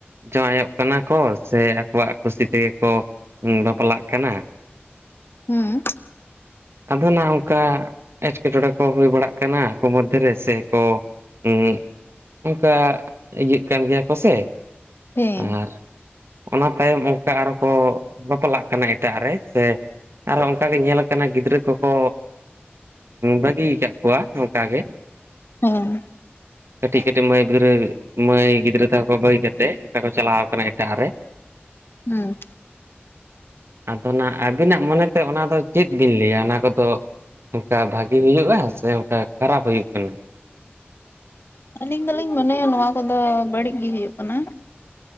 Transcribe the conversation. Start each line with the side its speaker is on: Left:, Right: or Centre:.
Right: ᱡᱟᱶᱟᱭᱚᱜ ᱠᱟᱱᱟ ᱠᱚ ᱥᱮ ᱟᱠᱚᱣᱟᱜ ᱠᱩᱥᱤ ᱛᱮᱜᱮ ᱠᱚ ᱵᱟᱯᱞᱟᱜ ᱠᱟᱱᱟ᱾
Left: ᱦᱩᱸ
Right: ᱟᱫᱚ ᱱᱟᱜ ᱚᱝᱠᱟ ᱮᱸᱴᱠᱮᱴᱚᱬᱮ ᱠᱚ ᱦᱩᱭ ᱵᱟᱲᱟᱜ ᱠᱟᱱᱟ ᱟᱠᱚ ᱢᱚᱫᱽᱫᱷᱮ ᱨᱮ ᱥᱮ ᱠᱚ ᱩ ᱚᱝᱠᱟ ᱤᱭᱟᱹᱜ ᱠᱟᱱ ᱜᱮᱭᱟ ᱠᱚ ᱥᱮ
Left: ᱦᱮᱸ
Right: ᱟᱨ ᱚᱱᱟ ᱛᱟᱭᱚᱢ ᱚᱝᱠᱟ ᱟᱨᱚ ᱠᱚ ᱵᱟᱯᱞᱟᱜ ᱠᱟᱱᱟ ᱮᱴᱟᱜ ᱨᱮ ᱥᱮ ᱟᱨᱚ ᱚᱝᱠᱟᱜᱮ ᱧᱮᱞ ᱠᱟᱱᱟ ᱜᱤᱫᱽᱨᱟᱹ ᱠᱚᱠᱚ ᱵᱟᱹᱜᱤᱭ ᱠᱟᱜ ᱠᱚᱣᱟ ᱱᱚᱝᱠᱟ ᱜᱮ᱾
Left: ᱦᱮᱸ
Right: ᱴᱤᱡ ᱠᱟᱹᱴᱤᱡ ᱢᱟᱹᱭ ᱵᱤᱫᱽᱨᱟᱹ ᱢᱟᱹᱭ ᱜᱤᱫᱽᱨᱟᱹ ᱛᱟᱠᱚ ᱠᱚ ᱵᱟᱹᱜᱤ ᱠᱟᱛᱮᱜ ᱚᱝᱠᱟ ᱠᱚ ᱪᱟᱞᱟᱣ ᱠᱟᱱᱟ ᱮᱴᱟᱜ ᱨᱮ᱾
Left: ᱦᱩᱸ
Right: ᱟᱫᱚᱱᱟᱜ ᱟᱹᱵᱤᱱᱟᱜ ᱢᱚᱱᱮᱛᱮ ᱚᱱᱟ ᱫᱚ ᱪᱮᱫ ᱵᱤᱱ ᱞᱟᱹᱭᱟ? ᱚᱱᱟ ᱠᱚᱫᱚ ᱚᱝᱠᱟ ᱵᱷᱟᱜᱤ ᱦᱩᱭᱩᱜᱼᱟ ᱥᱮ ᱚᱝᱠᱟ ᱠᱷᱟᱨᱟᱯ ᱦᱩᱭᱩᱜ ᱠᱟᱱᱟ?
Left: ᱟᱹᱞᱤᱧ ᱫᱚᱞᱤᱧ ᱢᱚᱱᱮ ᱦᱮᱸ ᱱᱚᱣᱟ ᱠᱚᱫᱚ ᱵᱟᱹᱲᱤᱡ ᱜᱮ ᱦᱩᱭᱩᱜ ᱠᱟᱱᱟ᱾